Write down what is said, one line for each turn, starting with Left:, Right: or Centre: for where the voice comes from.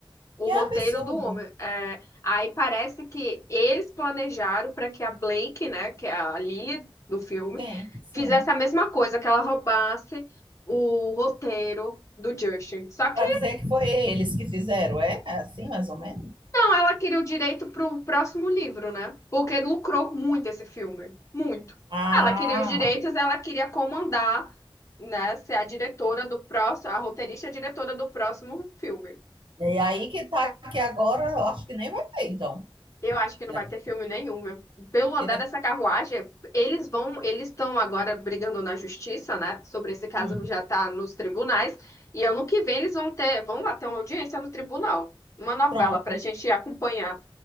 Left: o
Right: Que
Left: roteiro
Right: absurdo.
Left: do homem. É, aí parece que eles planejaram para que a Blake, né, que é a Lily do filme,
Right: Sim, sim.
Left: fizesse a mesma coisa, que ela roubasse o roteiro do Justin. Só que
Right: Para dizer que foi eles que fizeram, é? É assim, mais ou menos?
Left: não, ela queria o direito pro próximo livro, né? Porque lucrou muito esse filme, muito.
Right: Ah,
Left: Ela queria os direitos, ela queria comandar, né, ser a diretora do próximo, a roteirista e a diretora do próximo filme.
Right: e aí que tá aqui agora, eu acho que nem vai ter, então,
Left: Eu acho que não
Right: né?
Left: vai ter filme nenhum, meu. Pelo
Right: Porque
Left: andar
Right: depois.
Left: dessa carruagem, eles vão, eles estão agora brigando na justiça, né? Sobre esse caso
Right: Hum,
Left: já tá nos tribunais. E ano que vem eles vão ter, vão lá ter uma audiência no tribunal. Uma novela
Right: pronto.
Left: pra gente acompanhar.